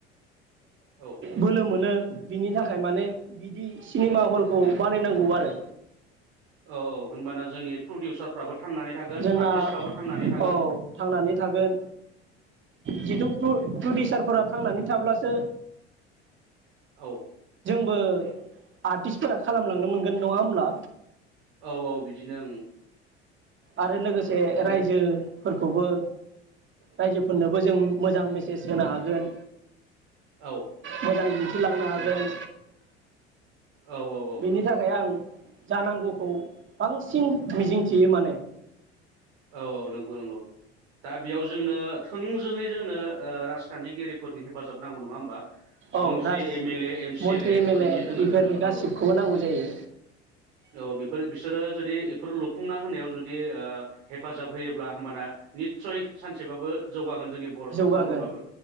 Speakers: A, on the right; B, on the right.
A: औ
B: बोलो मोनो बिनि थाखाय माने बिदि सिनेमा हलखौ बानायनांगौ आरो
A: औ औ होनबाना जोंनि प्रडिउसारफ्राबो थांनानै थागोन
B: जोंना
A: आर्टिस्टफ्राबो थांनानै थागोन
B: औ थांनानै थागोन जिथु प्रडिउसारफोरा थांनानै थाब्लासो
A: औ
B: बो आर्टिस्टफोरा खालामलांनो मोनगोन नङा होमब्ला?
A: औ औ बिदिनो ओं
B: आरो लोगोसे
A: बेनो
B: रायजोफोरखौबो रायजोफोरनोबो जों मोजां मेसेज होनो हागोन।
A: औ
B: मोजां दिनथिलांनो हागोन।
A: नों औ औ औ
B: बिनि थाखाय आं जानांगौखौ बांसिन मिजिंथियो माने
A: औ औ नंगौ नंगौ दा बेयाव जोंनो थोंजोङै जोंनो ओ राजखानथिगिरिफोरनि हेफाजाब नांगौ नङा होमबा
B: औ
A: मन्त्रि
B: राज
A: M L M C
B: मन्त्रि
A: L A
B: एम
A: बेफोरनि जोंनो
B: बेफोर
A: हेफाजाब
B: गासिबखौबो
A: नांगौ
B: नांगौ जायो
A: औ बेफोर बिसोरो जुदि बेफोर लुफुंना होनायाव जुदि ओ हेफाजाब होयोब्ला होमबाना निसय सानसेबाबो जौगागोन जोंनि बर' सावथुन
B: जौगागोन
A: मुलुगाबो